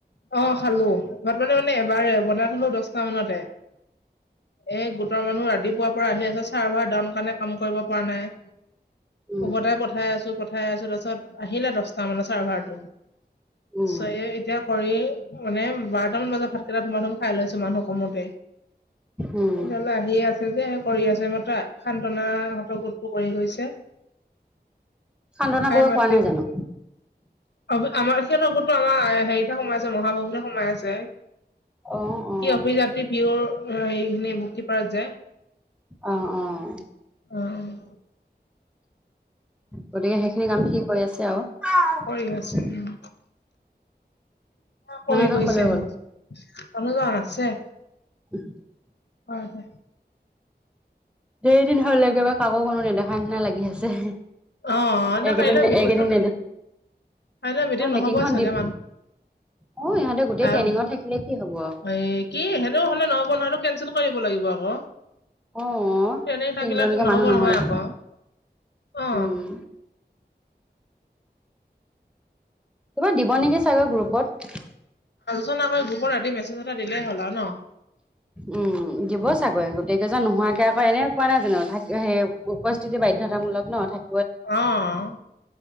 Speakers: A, on the left; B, in the centre.
A: অঁ, খালো। <unintelligible> এবাৰে, বনাই থলো দহটা মানতে। এই গোটৰ মানুহ ৰাতিপুৱাৰ পৰা আহি আছে, চাৰ্ভাৰ ডাউন কাৰণে কাম কৰিব পৰা নাই।
B: উম
A: উভতাই পঠাই আছ পঠাই আছোঁ, তাৰপিছত আহিলে দহটা মানত চাৰ্ভাৰটো।
B: উম
A: চ এ এতিয়া কৰি মানে বাৰটা মান বজাত ভাতকেইটা ধুমা ধুম খাই লৈছো মানুহ কমূতেই। <unintelligible>
B: উম
A: আহিয়ে আছে যে, কৰি আছে। মাত্ৰ সান্তনা হঁতৰ গোটটো কৰি গৈছে।
B: সান্তনা
A: আই
B: ব'য়ে
A: মাতৃ
B: কৰা নাই
A: গোটটো
B: জানো?
A: আমাৰ সিহঁতৰ গোটটো আমাৰ হেৰিটা সোমাই <unintelligible> সোমাই আছে। কি
B: অ' অ'
A: অভিজাত্ৰী <unintelligible> হে খিনি বুক কিপাৰত যে।
B: অ' অ'
A: অঁ।
B: গতিকে সেইখিনি কাম সি কৰি আছে আৰু।
A: কৰি আছে উম <unintelligible>
B: মানুহজন
A: কৰি গৈছেহে।
B: কলৈ গ'ল
A: মানুহজন আছে।
B: <inaudible>
A: হয়, হয়।
B: ধেৰ দিন হ'ল, একেবাৰে কাকো কোনো নেদেখা নিচিনা লাগি আছে।
A: অঁ, এতিয়া
B: এইকেইদিন
A: কাইলৈ মিটিংখন।
B: এইকেইদিন নেদে
A: কাইলৈ মিটিং
B: মিটিংখন
A: নহবই চাগে
B: দিব
A: মান
B: অ ইহঁতে গোটেই
A: <unintelligible>
B: ট্ৰেইনিঙত থাকিলে কি হব আৰু
A: এই কি, সেনও হলে নহ'ব নহয়ত কেনচেল কৰিব লাগিব আকৌ।
B: অহ,
A: ট্ৰেইনিং থাকিলে
B: তিনিজনিকে
A: নহ'ব
B: মানুহ নহয়
A: আকৌ অ
B: উম। কিবা দিব নেকি চাগে গ্ৰুপত।
A: চোন আক গ্ৰুপত ৰাতি মেছেজ এটা দিলেই হ'লা ন?
B: উম, দিব চাগৈ। গোটেই কেইজন নোহোৱাকে আকৌ এনে কোৱা নাই <unintelligible> সেই উপস্থিতি বাধ্যতামূলক ন' থাক
A: অ'।